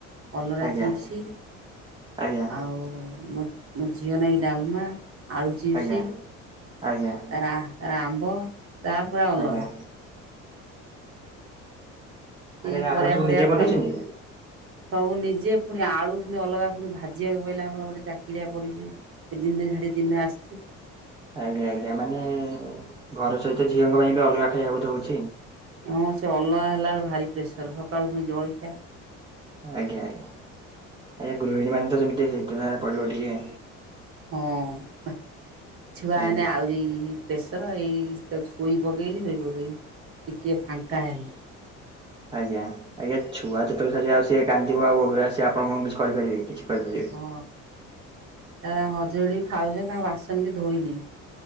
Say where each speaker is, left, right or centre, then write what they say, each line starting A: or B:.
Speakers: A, on the right; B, on the right.
A: କଲରା
B: ଆଜ୍ଞା
A: ଚିପ୍ସ,
B: ଆଜ୍ଞା
A: ଆଉ ମୋ ମୋ ଝିଅ ନାଗି ଡାଲମା। ଆଳୁ ଚିପ୍ସ
B: ଆଜ୍ଞା, ଆଜ୍ଞା।
A: ତାର ଆ ତାର ଆମ୍ବ ତାର ପୁରା ଅଲଗା।
B: ଆଜ୍ଞା ମାନେ
A: କିଛି ପରିବା
B: ଆପଣ ସବୁ
A: ଫରିବା
B: ନିଜେ ବନେଇଛନ୍ତି?
A: ଖାଉନି। ସବୁ ନିଜେ ପୁଣି ଆଳୁ ଫୁଣି ଅଲଗା ପୁଣି ଭାଜିବାକୁ ପଇଲା। ଆମର ଗୋଟେ ଚାକିରିଆ ପଡ଼ିଚି ସେ ଦିନେ ଛାଡ଼ି ଦିନେ ଆସଚି।
B: ଆଜ୍ଞା, ଆଜ୍ଞା, ମାନେ ଘର ସହିତ ଝିଅଙ୍କ ପାଇଁ ବି ଅଲଗା ଖାଇବା ବୋଧେ ହଉଚି।
A: ହଁ ସେ ଅଲଗା ହେଲା ବେଳଳେ ଭାରି ପ୍ରେସର। ସକାଳୁ ପୁଣି ଜଳିଖିଆ
B: ଆଜ୍ଞା, ଆଜ୍ଞା, ଆଜ୍ଞା ଗୃହିଣୀ ମାନେ ତ ସେମିତି ହେଇଥିପାଇଁ ପଡିବ ଟିକେ
A: ହଁ, ଛୁଆ
B: ଆଜ୍ଞା
A: ମାନେ ଆହୁରି ପ୍ରେସର ଏଇ ତାକୁ ଶୋଇ ପକେଇଲି ଶୋଇ ପକାଇକି ଟିକିଏ ଫାଙ୍କା ହେଲି
B: ଆଜ୍ଞା ଆଜ୍ଞା ଛୁଆ ଯେତେବେଳେ ସାର ଆଉ ସିଏ କାନ୍ଦିବ ଆଉ ସେ ଆପଣ କଣ କିଛି କରିପାରିବେ କିଛି କରିପାରିବେ
A: ହଁ ତାର ହଜଡ଼ି ବି ଖାଉଛନ୍ତି ତାଙ୍କ ବାସନ ବି ଧୋଇନି